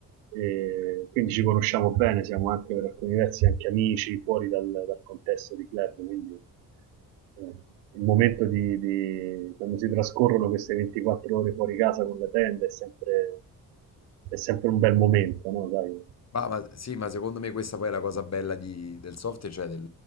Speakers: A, on the right (about 85°); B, on the left (about 35°).
A: E quindi ci conosciamo bene, siamo anche per alcuni versi anche amici fuori dal, dal contesto di club, quindi eh, il momento di, di- quando si trascorrono queste 24 ore fuori casa con la tenda è sempre, è sempre un bel momento, no? Dai,
B: Ah, ma sì, ma secondo me questa poi è la cosa bella di- del software, cioè del,